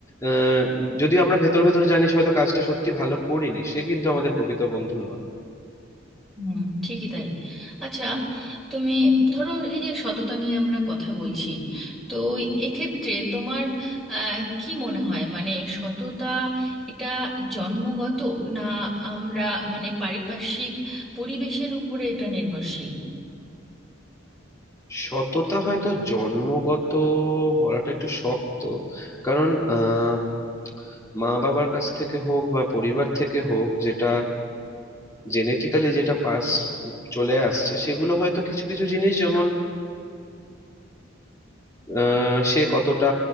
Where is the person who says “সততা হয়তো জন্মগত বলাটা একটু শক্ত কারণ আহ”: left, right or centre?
Left